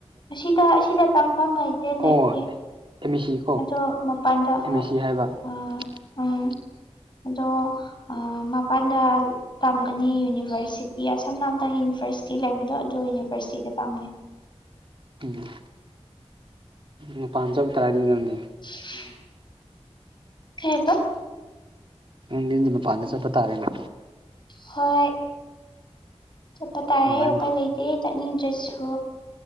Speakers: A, on the left; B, on the right.
A: ꯑꯁꯤꯗ ꯑꯁꯤꯗ ꯇꯝꯐꯝ ꯂꯩ ꯇꯦ
B: ꯑꯣ
A: ꯂꯦꯞꯀꯤ
B: ꯑꯦꯝ ꯑꯦ ꯁꯤ ꯀꯣ
A: ꯑꯗꯣ ꯃꯄꯥꯟꯗꯥ
B: ꯑꯦꯝ
A: ꯍꯣꯏ
B: ꯑꯦ <inaudible>
A: ꯑ ꯎꯝ ꯑꯗꯣ ꯑꯥ ꯃꯄꯥꯟꯗ ꯇꯝꯒꯅꯤ ꯌꯨꯅꯤꯚꯔꯁꯤꯇꯤ ꯑꯁꯣꯝ <unintelligible> ꯌꯨꯅꯤꯚꯔꯁꯤꯇꯤ ꯂꯩꯕꯗꯣ ꯑꯗꯨ ꯌꯨꯅꯤꯚꯔꯁꯤꯇꯤꯗ ꯇꯝꯅꯤ
B: ꯎꯝ ꯃꯄꯥꯥꯟ ꯆꯠꯄ ꯇꯥꯔꯦ ꯑꯗꯨꯗꯤ ꯅꯪꯗꯤ
A: <inaudible> ꯀꯩꯕ
B: ꯅꯪꯗꯤ ꯃꯄꯥꯟꯗ ꯆꯠꯄ ꯇꯥꯔꯦꯅ
A: ꯍꯣꯏ ꯆꯠꯄ ꯇꯥꯔꯦ
B: ꯅꯨꯡꯉꯥꯏꯅꯤ
A: ꯎꯄꯥꯏ ꯂꯩꯇꯦ ꯆꯠꯅꯤꯡꯗ꯭ꯔꯁꯨ